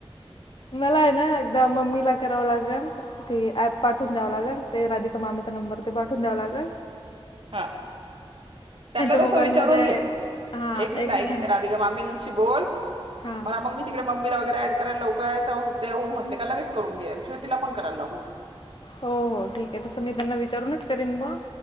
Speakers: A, on the left; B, on the right.
A: मला आहे ना एकदा मम्मीला करावं लागल. ते ॲप पाठवून द्यावं लागल ते राधिका मामीचा नंबर ते पाठवून द्यावा लागल.
B: हा त्यांना तस
A: मोबाईलमध्ये
B: विचारून घे
A: हा
B: एक मिनिट ऐक
A: ह्यां
B: राधिका मामी बोल
A: हा
B: मला मग मी तिकडे मम्मीला वगैरे ॲड करायला लवकय ते म्हटले का लगेच करून घे श्रुतीला पण करायला लाव.
A: हो हो ठीक आहे तसं मी त्यांना विचारूनच करीन मग